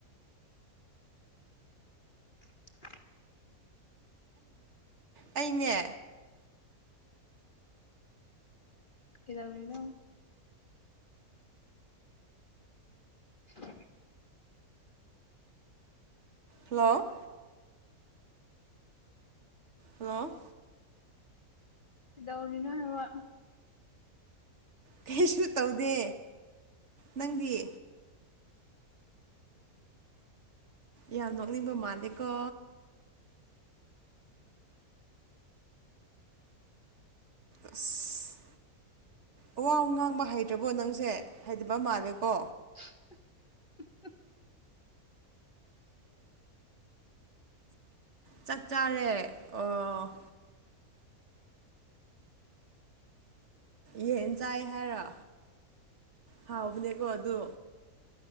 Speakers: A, on the left; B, on the right.
A: <inaudible>
B: ꯑꯩꯅꯦ
A: ꯀꯗꯧꯔꯤꯅꯣ <unintelligible>
B: ꯍꯜꯂꯣ ꯍꯜꯂꯣ
A: ꯗꯧꯅꯤꯅꯣ ꯍꯥꯏꯕ
B: ꯀꯩꯁꯨ ꯇꯧꯗꯦ ꯅꯪꯗꯤ ꯌꯥꯝ ꯅꯣꯛꯅꯤꯡꯕ ꯃꯥꯜꯂꯤꯀꯣ ꯑꯁ ꯑꯋꯥ ꯉꯥꯡꯕ ꯍꯩꯇ꯭ꯔꯕꯣ ꯅꯪꯁꯦ ꯍꯩꯇꯕ ꯃꯥꯜꯂꯦꯀꯣ
A: <inaudible>
B: ꯆꯠ ꯆꯥꯔꯦ ꯑꯣ ꯌꯦꯟ ꯆꯥꯏ ꯍꯥꯏꯔꯣ ꯍꯥꯎꯕꯅꯦꯀꯣ ꯑꯗꯨ